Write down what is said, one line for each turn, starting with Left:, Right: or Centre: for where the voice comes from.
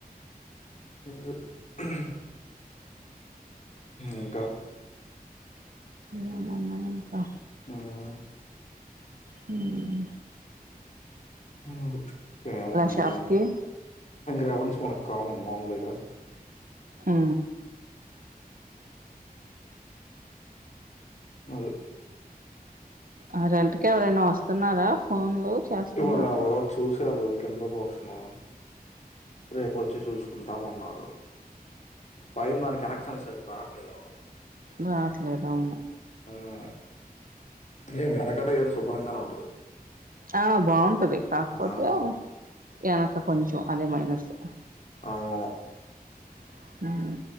Left: అ ఇంకా
Right: ఏం ఉన్నాయి ఇంకా
Left: హ్మ్
Right: హ్మ్
Left: హ్మ్ ఓకే ఉన్నారు
Right: షాప్కి
Left: రేపటి నుంచ్ మన కామన్ మామూలేగా
Right: హు
Left: అదే
Right: ఆ రెంట్ కి ఎవరైనా వస్తున్నారా ఫోన్లు చేస్తున్నారా
Left: ఇవాళ ఒగ రోజు చూసారు కింద బోస్తున్నావా రేపు వొచ్చి చూసుకున్ పెట్టమన్నారు పైందానికి కనక అనీసరికారు <unintelligible> లేదా <inaudible>
Right: రాట్లేదు అవును
Left: <unintelligible> శుభ్రంగానే ఉంటది..
Right: ఆ బాగుంటది కాకపోతే
Left: ఆ
Right: వెనక కొంచెం అదే మైనస్. వస్తవా?
Left: అవును
Right: <inaudible>